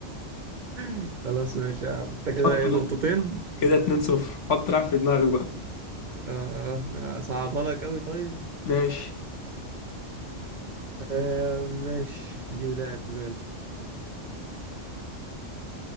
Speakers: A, on the right (about 50°); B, on the left (about 70°).
A: <laughs> خلاص ماشي يا عم انت كده
B: حط
A: ايه
B: لا
A: نقطتين
B: كده 2-0 حط لاعب في دماغك بقى
A: اه اه صعبها لك اوي طيب
B: ماشي
A: آه ماشي جيب لاعب في بالي